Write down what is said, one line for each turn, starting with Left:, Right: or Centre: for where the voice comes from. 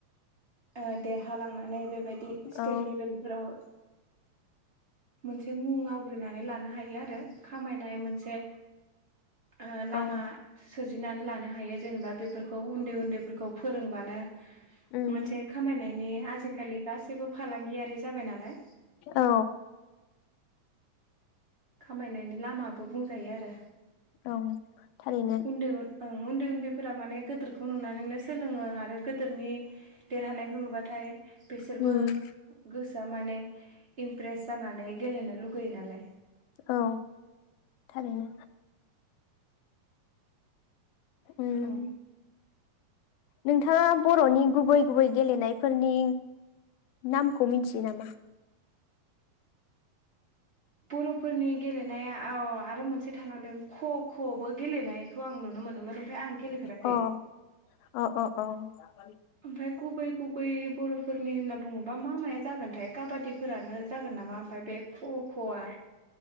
Right: ओ। देरहालांनानै बेबायदि स्टेट
Left: औ
Right: लेभेलफोराव मोनसे मुं आवग्रिनानै लानो हायो आरो। खामायनाय मोनसे। ओ लामा
Left: औ
Right: सोरजिनानै लानो हायो जेनेबा बेफोरखौ उन्दै उन्दैफोरखौ फोरोंबानो।
Left: उम
Right: मोनसे खामायनायनि आजि खालि गासैबो फालांगियारि जाबाय नालाय।
Left: औ
Right: खामायनायनि लामाबो बुंजायो आरो।
Left: औ थारैनो
Right: उन्दै ओं उन्दै उन्दैफोरा माने गोदिरखौ नुनानैनो सोलोङो आरो गोदोरनि देरहानायखौ नुबा। नाथाय बिसोरबो
Left: उम
Right: गोसो दामाने इमप्रेस जानानै गेलेनो लुुबैयो नालाय।
Left: औ थारैनो। उम।
Right: औ
Left: नोंथाङा बर'नि गुबै गुबै गेलेनायफोरनि नामखौ मिथियो नामा?
Right: बर'फोरनि गेलेनाया। औ आरो मोनसे थालांदों। <inaudible> कबो बो गेलेनायखौ आं नुनो मोनोमोन ओमफाय आं गेलेफेराखै।
Left: अ अ अ।
Right: ओमफाय गुबै गुबै बर'फोरनि होनना बुङोबा मा माया जागोनथाय काबादिफोरानो जागोन नामा ओमफ्राय बे ख ख'आ